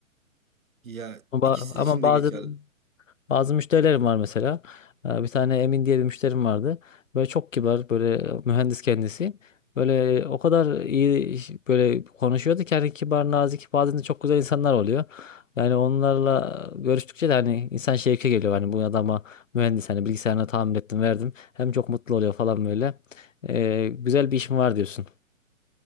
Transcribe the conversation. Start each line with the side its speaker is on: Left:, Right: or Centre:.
Right: Ya
Left: Ama, ba-
Right: ikisi
Left: ama
Right: için de
Left: bazen
Right: geçer.
Left: bazı müşterilerim var mesela. Ee, Bir tane Emin diye bir müşterim vardı. Böyle çok kibar, böyle e, mühendis kendisi. Böyle e, o kadar iyi iş- böyle konuşuyordu ki hani kibar, nazik, bazen de çok güzel insanlar oluyor. Yani onlarla görüştükçe de hani insan şevke geliyor. Hani bu adama mühendis hani bilgisayarına tamir ettim, verdim. Hem çok mutlu oluyor falan böyle. Ee, güzel bir işim var diyorsun.